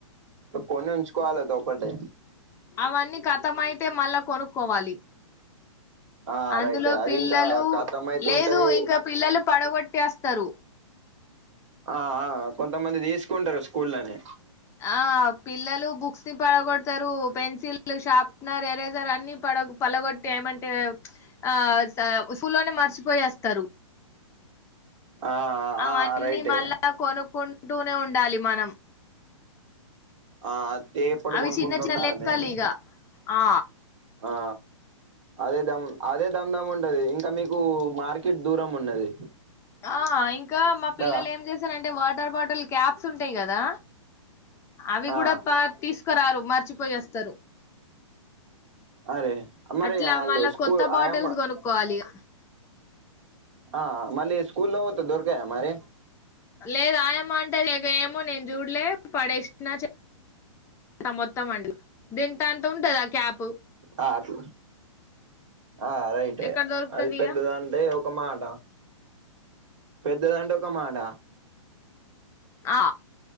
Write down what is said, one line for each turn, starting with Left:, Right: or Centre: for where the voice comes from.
Right: కొని ఉంచుకోవాలి అది ఒకటే
Left: అవన్నీ కతం అయితే మళ్ళా కొనుక్కోవాలి
Right: ఆ
Left: అందులో
Right: రైట్ అది
Left: పిల్లలు
Right: ఇంకా కతం అయితుంటాయి
Left: లేదు ఇంకా పిల్లలు పడగొట్టేస్తారు
Right: ఆ ఆ కొంతమంది తీసుకుంటరు స్కూల్ లోనే
Left: ఆ పిల్లలు బుక్స్ ని పడగొడతారు పెన్సిల్ లు షార్ప్నర్ ఎరేజర్ అన్ని పడగొ పలగొట్టి ఏమంటే ఆ స సూలోనే మర్చిపోయి అస్తారు
Right: ఆ ఆ
Left: అవన్నీ
Right: రైటే
Left: మళ్ళా కొనుక్కుంటూనే ఉండాలి మనం
Right: అథేపడు
Left: అవి
Right: కొనుకుంటుండాలె
Left: చిన్న చిన్న లెక్కలు
Right: మేము
Left: ఇగ ఆ
Right: ఆ అదే దమ్ అదే దమ్ దమ్ ఉంటది ఇ ఇంకా మీకు మార్కెట్ దూరం ఉన్నది
Left: ఆ ఇంకా మా పిల్లలు
Right: కదా
Left: ఏం చేస్తారంటే వాటర్ బాటిల్ క్యాప్స్ ఉంటాయి గదా అవి గుడా
Right: ఆ
Left: పా తీసుకురారు మర్చిపోయి వొస్తరు
Right: అరే మరి
Left: అట్లా
Right: ఆళ్ళు
Left: మళ్ళా
Right: స్కూల్
Left: కొత్త బాటిల్స్
Right: ఆయమ్మ
Left: కొనుక్కోవాలి ఇగ
Right: ఆ మళ్ళీ స్కూలో పోతే దోరకయ మరి
Left: లేదు ఆయమ్మ అంటది ఎగ ఏమో నేను చూడలే పడేసిన చె అ మొత్తం అంట గింత అంత ఉంటందా క్యాప్
Right: ఆ అట్లా ఆ రైటె
Left: ఎక్కడ దొరుకుతది
Right: అది
Left: ఇగ
Right: పెద్దద అంటే ఒక మాట పెద్దదంటే ఒక మాట
Left: ఆ